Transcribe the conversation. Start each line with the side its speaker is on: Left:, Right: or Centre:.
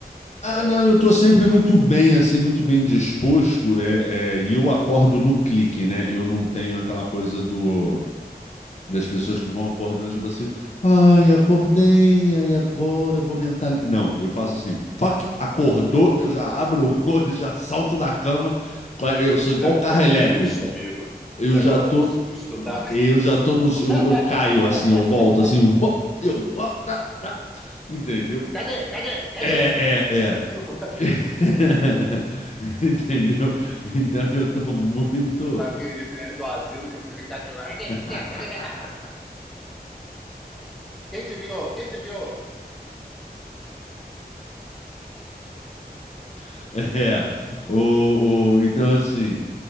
Left: Ah,
Centre: Aí eu
Left: não,
Centre: acho
Left: eu
Centre: que
Left: tô
Centre: deve ser
Left: sempre
Centre: alguma disfunção.
Left: muito bem,
Centre: <laughs>
Left: assim, muito bem disposto, é, é, e eu acordo no clique, né? Eu não tenho aquela coisa do Das pessoas que vão acordando, tipo assim, ai, acordei, ai, agora eu vou mentalizar. Não, eu faço assim, pac, acordou, eu já abro o <laughs> olho, já salto da cama, eu sou igual
Centre: Você acorda
Left: carro elétrico.
Centre: no susto, amigo.
Left: Eu
Centre: Você acorda
Left: já tô,
Centre: no susto, tá?
Left: eu já tô no, eu,
Centre: <laughs>
Left: eu caio assim, eu volto assim, uop, eu, uop, tá, tá. entendeu?
Centre: Cadê? Cadê? Cadê?
Left: É, é,
Centre: Aqui
Left: é.
Centre: o-
Left: <laughs> Entendeu? Então eu tô muito.
Centre: Aquele velho do asilo que vai ficar tipo, cadê?
Left: <laughs>
Centre: Cadê? Cadê minha arma? Quem te viu? Quem te viu?
Left: <laughs> É, o, o, então assim,